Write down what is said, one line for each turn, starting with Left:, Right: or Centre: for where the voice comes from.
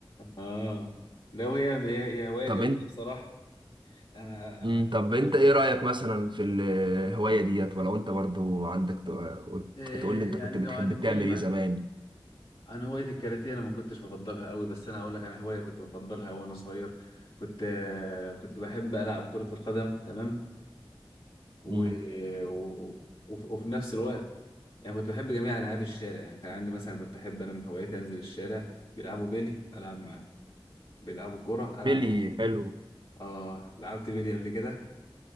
Left: اه لا وهي هي هي هواية
Right: طب
Left: جميلة
Right: انت
Left: بصراحة انا
Right: مم،
Left: انا
Right: طب انت
Left: أنا-
Right: ايه رأيك مثلا في الهواية ديت ولو انت برضو عندك
Left: آه،
Right: تقول لي
Left: يعني
Right: انت كنت بتحب
Left: لو هنتكلم
Right: تعمل ايه زمان
Left: عن هواية الكاراتيه أنا ما كنتش بفضلها قوي بس أنا أقول لك عن هواية كنت بفضلها وأنا صغير كنت كنت بحب ألعب كرة القدم تمام و...
Right: مم.
Left: و... وف- وفي نفس الوقت يعني كنت بحب جميع ألعاب الشارع يعني كان عندي مثلا كنت أحب أنا من هواياتي أنزل الشارع بيلعبوا بيلي ألعب معاهم بيلعبوا كورة ألعب
Right: بيلي حلو
Left: آه لعبت بيلي قبل كده